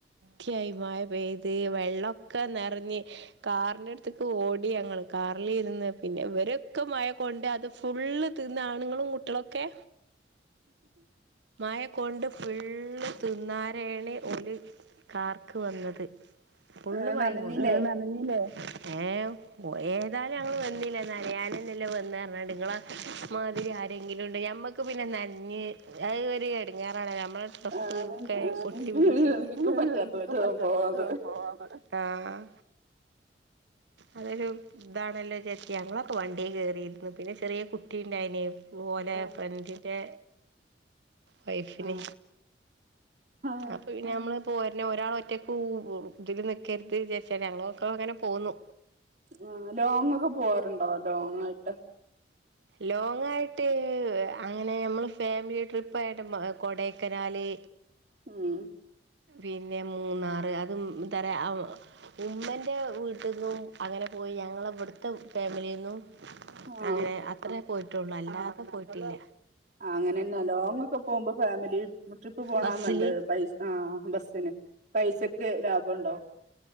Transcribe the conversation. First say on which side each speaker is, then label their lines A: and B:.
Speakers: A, on the right; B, on the right.
A: ക്ത്യായി മഴ പെയ്ത് വെള്ളൊക്കെ നെറഞ്ഞ് കാറിന്റെട്ത്ത്ക്ക് ഓടി ഞങ്ങള് കാറിലിര്ന്ന് പിന്നെ ഇവരൊക്കെ മഴ കൊണ്ട് അത് ഫുള്ള് തിന്ന് ആണ്ങ്ങളും കുട്ട്യെളൊക്കെ മഴ കൊണ്ട് ഫുള്ള് തിന്നാരേണ് ഓല് കാറ്ക്ക് വന്നത് ഫുള്ള്
B: ആഹ്
A: മഴിം
B: നനഞ്ഞില്ലേ
A: കൊണ്ട്. ആണാണ് നഞ്ഞ്ല്ലേ ഏം ഒഹ് ഏതാലും ഞങ്ങള് വന്നില്ല നനയാനന്നല്ലേ വന്നേർഞ്ഞാണ്ട് ഇങ്ങള മാതിരി ആരെങ്കിലുണ്ട് ഞമ്മക്ക് പിന്നെ നഞ്ഞ് അത് ഒര് എടങ്ങേറാണല്ലേ നമ്മളട് ഡ്രസ്സ്
B: ആഹ് എനിക്ക്
A: ക്കെ ഒട്ടി പിടിച്ച് <unintelligible>
B: എനിക്കും പറ്റാത്ത ഒരു
A: പറ്റാത്തോൽക്കൊക്കെ
B: സംഭവാ അത്
A: പോവാം പറ ആഹ് അതൊരു താണല്ലോച്ചാര്ച്ച് ഞങ്ങളൊക്കെ വണ്ടി കേറിര്ന്ന് പിന്നെ ചെറ്യേ കുട്ടി ണ്ടായിനി. ഓലെ
B: ആഹ്
A: ഫ്രണ്ടിന്റെ വൈഫിന്.
B: ആഹ് ആഹ്
A: അപ്പൊ പിന്നെ അമ്മള് പോര്ണെ ഒരാളൊറ്റ ത്തൂന്നു ഇതില് നിക്കര്ത് ചാര്ച്ചാണ്ട് ഞങ്ങളൊക്കൊങ്ങനെ പോന്നു.
B: ആഹ് ലോങ്ങൊക്കെ പോവാറ്ണ്ടോ ലോങ്ങായിട്ട്.
A: ലോങ്ങായിട്ട് അങ്ങനെ അമ്മള് ഫാമിലി ട്രിപ്പായിട്ട് ബ കൊടൈക്കനാല്
B: ഉം
A: പിന്നെ മൂന്നാറ് അതും ന്തറ്യാ അത് ഉമ്മൻ്റെ വീട്ട്ന്നും അങ്ങനെ പോയി ഞങ്ങളവട്ത്തെ ഫാമിലിന്നും
B: ആഹ്
A: അങ്ങനെ അത്രേ പോയിട്ടൊള്ളു അല്ലാതെ പോയിട്ടില്ല.
B: ആഹ് അങ്ങനെന്നാ ലോങ്ങൊക്കെ പോവുമ്പോ ഫാമിലി ട്രിപ്പ് പോണാ
A: ബസ്സില്
B: നല്ലത്. പൈ ആഹ് ബസ്സിന് പൈസക്ക് ലാഭം ഉണ്ടാവും